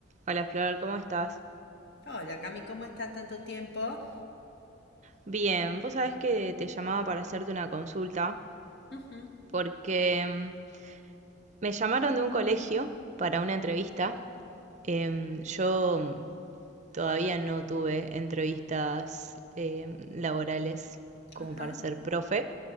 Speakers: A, on the right; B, on the left.
A: Hola Flor, ¿cómo estás?
B: Hola Cami, ¿cómo estás? Tanto tiempo.
A: Bien, vos sabés que te llamaba para hacerte una consulta
B: Ujú,
A: porque mm, me llamaron de un colegio para una entrevista. Em, yo mm, todavía no tuve entrevistas em, laborales como
B: Ajá.
A: para ser profe,